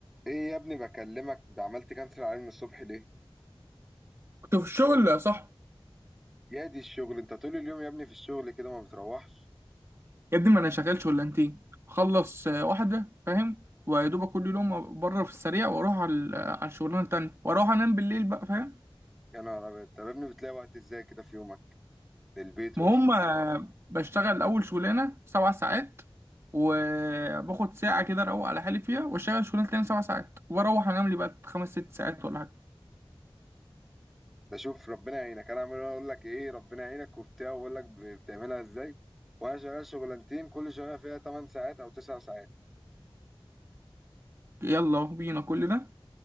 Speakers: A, in the centre; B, on the right.
A: ايه يا ابني بكلمك عملت كانسل عليه من الصبح ليه
B: كنت في الشغل يا صاحبي
A: يا دي الشغل انت طول اليوم يا ابني في الشغل كده ما بتروحش
B: يا ابني ما انا شغال شغلانتين اخلص آه، واحده فاهم ويا دوبك كل يوم بره في السريع واروح على ال- آه، على الشغلانه التانيه واروح انام بالليل بقى فاهم
A: يا نهار ابيض طب يا ابني بتلاقي وقت ازاي كده في يومك للبيت
B: ما
A: والخ...
B: هم آه، بشتغل اول شغلانه سبع ساعات وباخد ساعه كده اروق على حالي فيها واشتغل الشغلانه التانيه سبع ساعات واروح انام لي بقى خمس ست ساعات ولا حاجه
A: ده شوف ربنا يعينك انا عمال اقول لك ايه ربنا يعينك وبتاع واقول لك ب- بتعملها ازاي وانا شغال شغلانتين كل شغلانه فيها 8 ساعات او 9 ساعات
B: يلا بينا كل ده